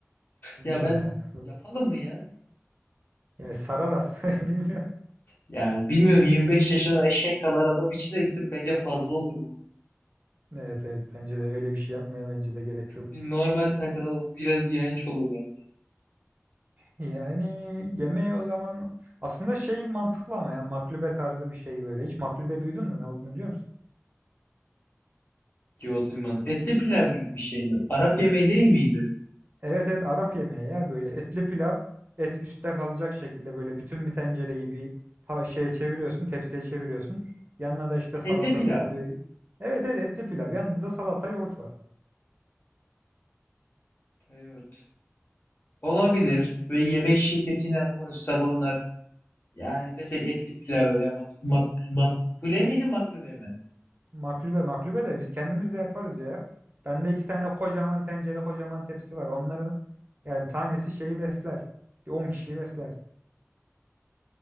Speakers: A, on the right; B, on the left.
A: bilmiyorum
B: Ya ben
A: ya aslında.
B: yapalım mı ya?
A: Yani sarar aslında <laughs> bilmiyorum.
B: Yani bilmiyorum 25 yaşında eşek kadar adam için de bir tık bence fazla olur bu.
A: Evet evet bence de öyle bir şey yapmaya bence de gerek yok.
B: Bir normal takılalım. Biraz iğrenç olur bence.
A: Yani yemeği o zaman aslında şey mantıklı ama ya maklube tarzı bir şey böyle. Hiç maklube duydun mu ne olduğunu biliyor musun?
B: Yo duymadım. Etli pilav gibi bir şey mi? Arap yemeği değil miydi?
A: Evet evet Arap yemeği ya böyle etli pilav et üstte kalacak şekilde böyle bütün bir tencereyi bir tava- şeye çeviriyorsun tepsiye çeviriyorsun. Yanına da işte
B: Ha,
A: salatasıydı.
B: Etli pilav.
A: Evet evet etli pilav yanında da salata yoğurt var.
B: Yoğurt. Olabilir. Ve yemek şirketiyle konuşsak onlar. Yani desek etli pilav veya mak mak makbule miydi maklube mi?
A: Maklube maklube de biz kendimiz de yaparız ya. Bende iki tane kocaman tencere kocaman tepsi var. Onların yani tanesi şeyi besler. Bir 10 kişiyi besler.